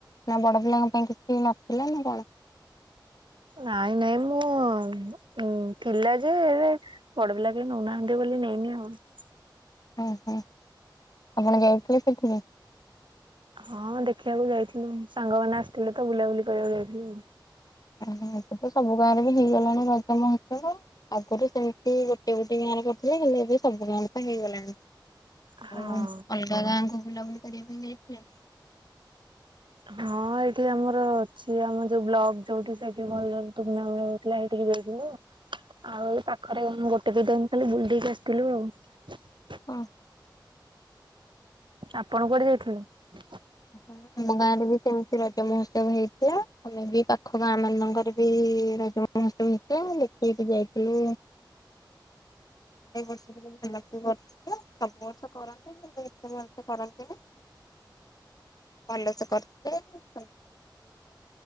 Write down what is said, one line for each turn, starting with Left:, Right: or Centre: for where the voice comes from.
Left: ନା ବଡ ପିଲାଙ୍କ ପାଇଁ କିଛି ନଥିଲା ନା କଣ?
Right: ନାଇଁ ନାଇଁ ମୁଁ ଥିଲା ଯେ ବଡ ପିଲା କେ ନଉନାହାନ୍ତି ବୋଲି <unintelligible>
Left: ହ ହୁଁ ଆପଣ ଯାଇଥିଲେ ସେଥିରେ?
Right: ହଁ ଦେଖିବାକୁ ଯାଇଥିଲୁ, ସାଙ୍ଗମାନେ ଆସିଥିଲେ ତ ବୁଲାବୁଲି କରିବାକୁ ଯାଇଥିଲୁ ଆଉ।
Left: ଓ ଏ ତ ସବୁ <unintelligible> ହେଇଗଲାଣି ରଜ ମହୋତ୍ସବ, ଆଗରୁ ସେମିତି ଗୋଟେ ଗୋଟଏ ଗାଁ ରେ କରୁଥିଲେ ହେଲେ ଏବେ ସବୁ ଗାଁରେ ହେଇଗଲାଣି,
Right: ହଁ
Left: ଆଉ ଅଲଗା ଗାଁ କୁ ବୁଲାବୁଲି କରିବା ପାଇଁ ଯାଇଥିଲେ?
Right: ହଁ ଏଇଠି ଆମର ଅଛି ଆମର ଯୋଉ ବ୍ଲକ ଯୋଉଠି ସେଠି ଭଲ ତୁମ ଭଳିଆ ହୋଉଥିଲା ଏ <unintelligible> ଥିଲୁ ଆଉ ଏଇ ପାଖରେ ଗୋଟେ ଗୋଟେ ଦିଇ ଟା ଖାଲି ବୁଲେଇକି ଆସିଥିଲୁ ଆଉ।
Left: ଆମ
Right: ଆପଣ କୁଆଡେ ଯାଇଥିଲେ?
Left: <unintelligible> ବି ସେମିତି ରଜ ମହୋତ୍ସବ ହେଇଥିଲା, ଆମେ ବି ପାଖ ଗାଁ ମାନଙ୍କରେ ବି ରଜ ମହୋତ୍ସବ ହେଇଥିଲା। ଦେଖି <unintelligible> ଯାଇଥିଲୁ। ହ ଏ ବର୍ଷ ଭଲ କି କର <unintelligible> ସବୁ ବର୍ଷ କରନ୍ତି? ଏତେ <unintelligible> ଭଲ ସେ କରିଥିଲେ <unintelligible>